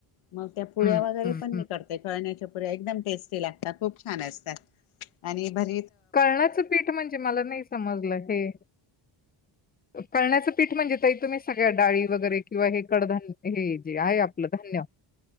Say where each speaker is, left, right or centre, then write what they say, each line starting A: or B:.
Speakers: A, on the left; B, on the left.
A: मग त्या पुऱ्या
B: हं,
A: वगैरे
B: हं,
A: पण
B: हं.
A: मी करते खेळण्याच्या. पुऱ्या एकदम टेस्टी लागतात खूप छान लागतात आणि भर
B: कळण्याचं पीठ म्हणजे मला नाही समजलं हे. करळण्याचं पीठ म्हणजे तई तुम्ही सगळ्या डाळी वगैरे किंवा हे कडधन्य हे जे आहे आपलं धन्य.